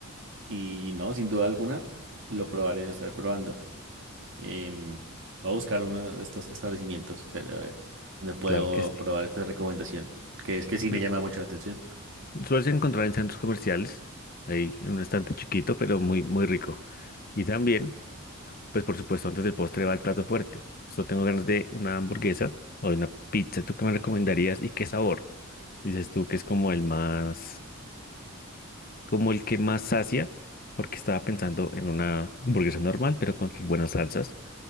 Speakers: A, on the right; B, on the left.
A: y no, sin duda alguna, lo probaré, lo estaré probando. Em, voy a buscar uno de estos establecimientos, o sea, a ver, donde puedo
B: Claro que sí.
A: probar esta recomendación, que es que sí
B: Su-
A: me llama mucho la atención.
B: Sueles encontrar en centros comerciales, ahí en un estante chiquito, pero muy, muy rico. Y también Pues por supuesto, antes del postre va el plato fuerte. Yo tengo ganas de una hamburguesa o de una pizza. ¿Tú qué me recomendarías y qué sabor? Dices tú que es como el más, como el que más sacia, porque estaba pensando en una hamburguesa normal, pero con sus buenas salsas.